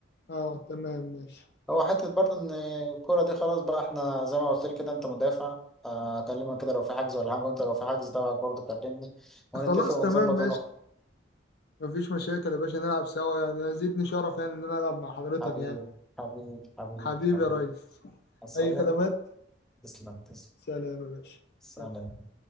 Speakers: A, on the left; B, in the centre.
A: اه تمام ماشي
B: هو حته برضه ان الكوره دي خلاص بقى احنا زي ما قلت لي كده انت مدافع آه، اكلمك كده لو في حجز ولا حاجه وانت لو في حجز تبعك برضه كلمني ونتفق
A: خلاص
B: ونظبط
A: تمام ماشي
B: ونخرج
A: مفيش مشاكل يا باشا نلعب سوا يعني أنا زيدني شرف يعني ان انا العب مع حضرتك
B: حبيب
A: يعني
B: حبيب حبيب
A: حبيبي
B: حبيب
A: يا ريس
B: عصاية
A: اي خدمات
B: تسلم تسلم
A: سلام يا باشا
B: سلام
A: سلام